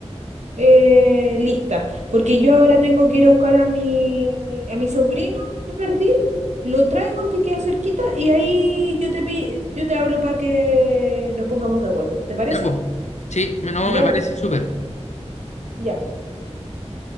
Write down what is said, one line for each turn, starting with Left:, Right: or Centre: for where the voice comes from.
Right: eh, lista, porque yo ahora tengo que ir a buscar a mi, a mi sobrino al jardín, lo traigo que queda cerquita y ahí yo te, pi- yo te hablo para que nos pongamos de acuerdo. ¿Te parece?
Left: Ya, pues, sí, me- no,
Right: Ya,
Left: me parece
Right: bueno,
Left: súper.
Right: ya.